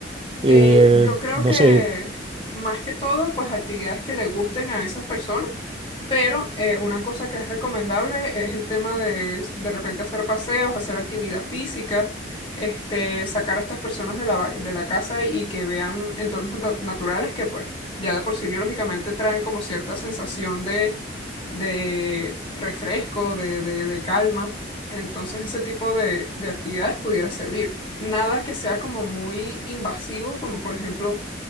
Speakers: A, on the right (about 30°); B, on the left (about 30°).
A: eh,
B: Eh, yo creo
A: no
B: que
A: sé,
B: más que todo, pues actividades que le gusten a esas personas Pero eh, una cosa que es recomendable es el tema de de repente hacer paseos, hacer actividad física, este, sacar a estas personas de la, va- de la casa y que vean entornos nat- naturales que pues ya de por sí biológicamente traen como cierta sensación de, de refresco, de, de, de calma. Entonces ese tipo de, de actividades pudiera servir. Nada que sea como muy invasivo, como por ejemplo